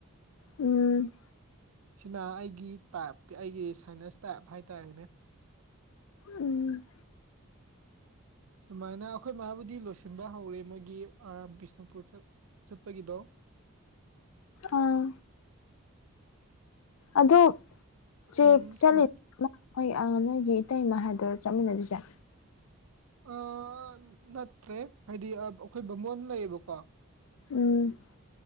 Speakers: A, on the left; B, on the right.
A: ꯎꯝ
B: ꯁꯤꯅ ꯑꯩꯒꯤ ꯇꯥꯏꯞꯀꯤ ꯑꯩꯒꯤ ꯁꯥꯏꯅꯁ ꯇꯥꯏꯞ ꯍꯥꯏꯇꯥꯔꯦꯅꯦ
A: ꯎꯝ
B: ꯑꯗꯨꯃꯥꯏꯅ ꯑꯩꯈꯣꯏ ꯃꯥꯕꯨꯗꯤ ꯂꯣꯏꯁꯤꯟꯕ ꯍꯧꯔꯦ ꯃꯣꯏꯒꯤ ꯑ ꯕꯤꯁꯅꯨꯄꯨꯔ ꯆꯠ ꯆꯠꯄꯒꯤꯗꯣ
A: ꯑꯥ ꯑꯗꯨ ꯆꯦꯛ
B: ꯎꯝ
A: ꯆꯠꯂꯤ
B: ꯍꯥꯏꯗꯤ
A: ꯍꯣꯏ ꯑ ꯅꯣꯏꯒꯤ ꯏꯇꯩꯃ ꯍꯥꯏꯗꯨꯔꯥ ꯆꯠꯃꯤꯟꯅꯗꯨꯏꯁꯦ
B: ꯑꯥ ꯅꯠꯇ꯭ꯔꯦ ꯍꯥꯏꯗꯤ ꯑꯩꯈꯣꯏ ꯕꯥꯃꯣꯟ ꯂꯩꯌꯦꯕꯀꯣ
A: ꯎꯝ